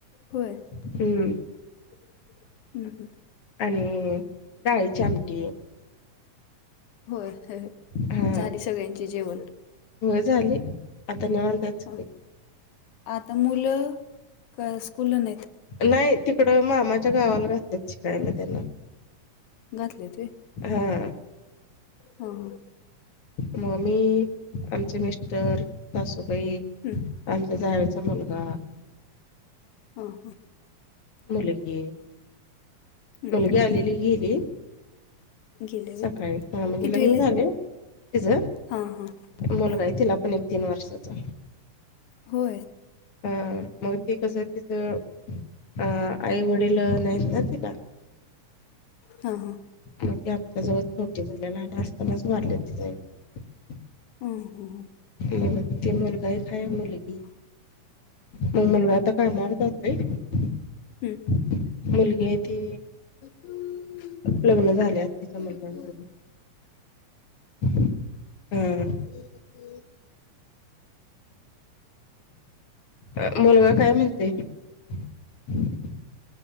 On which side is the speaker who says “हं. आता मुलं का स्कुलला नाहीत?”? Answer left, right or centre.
Left